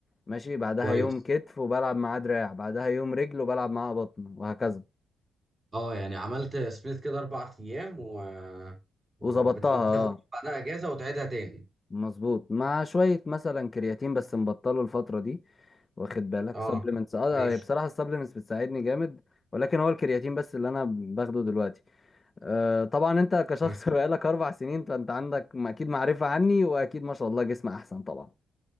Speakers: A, on the left; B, on the right.
A: ماشي بعدها
B: كويس
A: يوم كتف وبلعب معاه دراع بعدها يوم رجل وبلعب معاها بطن وهكذا
B: اه يعني عملت سبليت كده اربع ايام و... وبت...
A: وظبطتها
B: وبتاخد
A: آه.
B: بعدها اجازه وتعيدها تاني
A: مظبوط مع شوية مثلا كرياتين بس مبطله الفترة دي واخد بالك
B: اه
A: سبلمنتس اه
B: ماشي
A: بصراحة السبلمنتس بتساعدني جامد ولكن هو الكرياتين بس اللي انا باخده دلوقتي آه طبعا انت كشخص
B: ماشي
A: <laughs> بقالك اربع سنين فانت عندك م- اكيد معرفة عني واكيد ما شاء الله جسم احسن طبعا